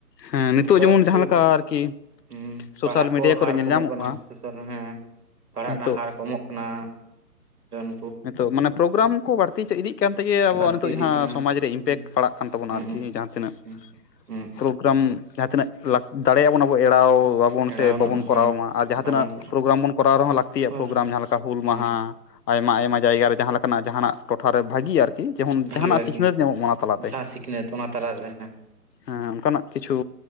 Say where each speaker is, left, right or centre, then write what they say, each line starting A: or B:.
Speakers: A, on the left (about 80°); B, on the right (about 70°).
A: ᱦᱮᱸ ᱱᱤᱛᱚᱜ
B: ᱚᱱᱠᱟ
A: ᱡᱮᱢᱚᱱ
B: ᱠᱤᱪᱷᱩ᱾
A: ᱡᱟᱦᱟᱸ ᱞᱮᱠᱟ ᱟᱨᱠᱤ
B: ᱦᱮᱸ
A: ᱥᱳᱥᱟᱞ
B: ᱯᱟᱲᱦᱟᱜ
A: ᱢᱤᱰᱤᱭᱟ
B: ᱠᱚ
A: ᱠᱚᱨᱮ
B: ᱦᱟᱨ
A: ᱧᱮᱞ
B: ᱠᱚᱢᱚᱜ
A: ᱧᱟᱢᱚᱜᱼᱟ
B: ᱠᱟᱱᱟ ᱟᱥᱚᱞᱮ ᱦᱮᱸ ᱯᱟᱲᱦᱟᱜ ᱨᱮᱱᱟᱜ
A: ᱱᱤᱛᱚᱜ
B: ᱦᱟᱨ ᱠᱚᱢᱚᱜᱼᱼ ᱚᱱᱟ ᱨᱮᱱᱼᱼ
A: ᱱᱤᱛᱚᱜ ᱢᱟᱱᱮ ᱯᱨᱳᱜᱨᱟᱢ ᱠᱚ ᱵᱟᱹᱲᱛᱤ ᱪᱚ ᱤᱫᱤ ᱠᱟᱱ ᱛᱮᱜᱮ ᱟᱵᱚᱣᱟᱜ
B: ᱵᱟᱹᱲᱛᱤ
A: ᱱᱤᱛᱚᱜ
B: ᱤᱫᱤᱜ
A: ᱡᱟᱦᱟᱸ
B: ᱠᱟᱱᱟ
A: ᱥᱚᱢᱟᱡᱽ ᱨᱮ ᱤᱢᱯᱮᱠᱴ
B: ᱦᱩᱸ
A: ᱯᱟᱲᱟᱜ ᱠᱟᱱ ᱛᱟᱵᱚᱱᱟ
B: ᱦᱩᱸ
A: ᱟᱨᱠᱤ
B: ᱦᱩᱸ
A: ᱡᱟᱦᱟᱸᱼᱼ ᱛᱤᱱᱟᱹᱜ
B: ᱦᱩᱸ ᱦᱩᱸ
A: ᱯᱨᱳᱜᱨᱟᱢ ᱡᱟᱦᱟᱸ ᱛᱤᱱᱟᱹᱜ ᱫᱟᱲᱮᱭᱟᱜ ᱟᱵᱚᱱ ᱟᱵᱚ ᱮᱲᱟᱣᱼᱼ ᱵᱚᱱ
B: ᱮᱲᱟᱣ
A: ᱥᱮ
B: ᱨᱮᱱᱟᱜ
A: ᱵᱟᱵᱚᱱ
B: ᱦᱮᱸ
A: ᱠᱚᱨᱟᱣ ᱢᱟ ᱾ ᱟᱨ ᱡᱟᱦᱟᱸ
B: ᱵᱟᱵᱚᱱ
A: ᱛᱤᱱᱟᱹᱜ ᱯᱨᱳᱜᱨᱟᱢ ᱵᱚᱱ ᱠᱚᱨᱟᱣ
B: ᱦᱩᱸ
A: ᱨᱮᱦᱚᱸ ᱞᱟᱹᱠᱛᱤᱭᱟᱜ ᱯᱨᱳᱜᱨᱟᱢ ᱡᱟᱦᱟᱸ ᱞᱮᱠᱟ ᱦᱩᱞ
B: ᱦᱩᱸ
A: ᱢᱟᱦᱟ ᱾ ᱟᱭᱢᱟ ᱟᱭᱢᱟ ᱡᱟᱭᱜᱟ ᱨᱮ ᱡᱟᱦᱟᱸ ᱞᱮᱠᱟᱱᱟᱜ ᱡᱟᱸᱦᱟᱱᱟᱜ ᱴᱚᱴᱷᱟᱨᱮ ᱵᱷᱟᱹᱜᱤ ᱟᱨ ᱾ ᱡᱮᱢᱚᱱ
B: ᱵᱷᱟᱜᱤᱜᱼᱟ
A: ᱡᱟᱸᱦᱟᱱᱟᱜ
B: ᱟᱨᱠᱤ
A: ᱥᱤᱠᱷᱱᱟᱹᱛ ᱧᱟᱢᱚᱜ ᱢᱟ ᱚᱱᱟ ᱛᱟᱞᱟᱛᱮ
B: ᱡᱟᱦᱟᱸ
A: ᱾
B: ᱥᱤᱠᱷᱱᱟᱹᱛ ᱚᱱᱟ ᱛᱟᱞᱟᱨᱮ ᱦᱮᱸ
A: ᱦᱮᱸ ᱚᱱᱠᱟᱱᱟᱜ ᱠᱤᱪᱷᱩ